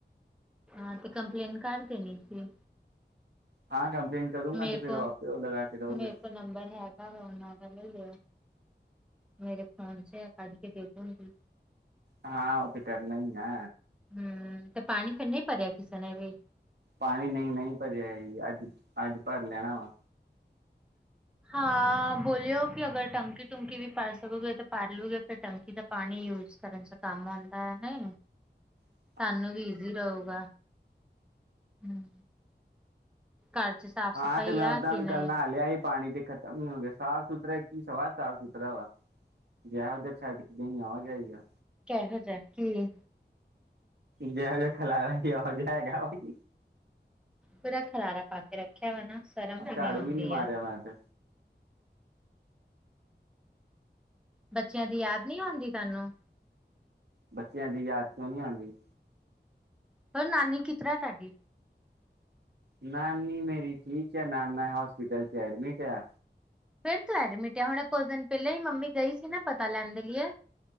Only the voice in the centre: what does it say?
ਹਾਂ ਤੇ ਕੰਪਲੇਂਨ ਕਰ ਦੇਨੀ ਸੀ।
ਮੇਰੇ
ਕੋ
ਮੇਰੇ ਕੋਲ ਨੰਬਰ ਹੈ ਤਾਂ ਲੈ ਲਿਆ ਮੇਰੇ ਫੋਨ ਚ ਕੱਢ ਕੇ ਦੇਖਣਗੀ
ਹਮ ਤੇ ਪਾਣੀ ਫਿਰ ਨਹੀਂ ਪਰਿਆ ਕਿਸਾਨ ਵੀ
ਹਾਂ ਬੋਲਿਓ ਕਿ ਅਗਰ ਟੰਕੀ ਟੁੂੰਕੀ ਵੀ ਪਾ ਸਕੂਗੇ ਤਾਂ ਪਾ ਲੂਗੇ ਫਿਰ ਟੰਕੀ ਦਾ ਪਾਣੀ ਯੂਜ ਕਰਨ ਚ ਕੰਮ ਹੁੰਦਾ ਹੈ ਨੇ
ਸਾਨੂੰ ਵੀ ਜ਼ੀ ਰਹੇਗਾ ਹ ਘਰ ਚ ਸਾਫ਼
ਸਫ਼ਾਈ
ਆ
ਕਿ
ਨਹੀਂ
ਕਿਹੋ ਜਿਹਾ ਕੀ
ਪੂਰਾ ਖਰਾਰਾ ਪਾ ਕੇ ਰੱਖਿਆ ਵਾ ਨਾ ਸ਼ਰਮ
ਵੀ ਨ ਆਉਂਦੀ
ਆ
ਬੱਚਿਆਂ ਦੀ ਯਾਦ ਨੀ ਆਉਂਦੀ ਤੁਹਾਨੂੰ
ਪਰ, ਨਾਨੀ ਕੀ ਤਰਾ ਤੁਹਾਡੀ?
ਫਿਰ ਤੋਂ ਐਡਮਿਟ ਏ? ਹੁਣ, ਕੁਝ ਦਿਨ ਪਹਿਲਾਂ ਹੀ ਮੰਮੀ ਗਈ ਸੀ ਨਾ, ਪਤਾ ਲੈਣ ਦੇ ਲੀਏ।